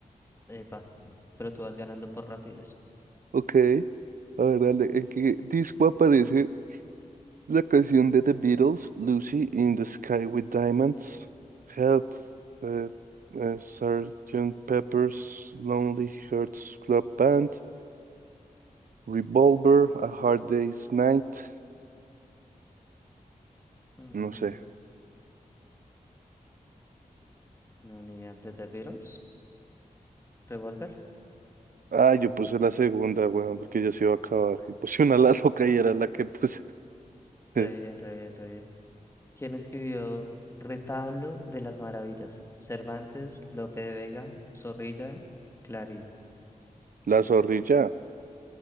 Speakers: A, on the left; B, on the right.
A: Epa. Pero tú vas ganando por rapidez.
B: ok, a ver, dale, ¿en qué disco aparece La canción de The Beatles, Lucy in the Sky with Diamonds, Help, eh, eh, Sgt. Pepper's Lonely Hearts Club Band, Revolver, A Hard Day's Night,
A: Mm,
B: no sé.
A: no, ni idea. ¿De The Beatles? ¿Revolver?
B: Ah, yo
A: No.
B: puse la segunda, weón, porque ya se iba a acabar. Y puse una la loca y era la que puse.
A: Re
B: <laughs>
A: bien, re bien, re bien. ¿Quién escribió Retablo de las Maravillas? Cervantes, Lope de Vega, Zorrilla, Clarín.
B: La zorrilla,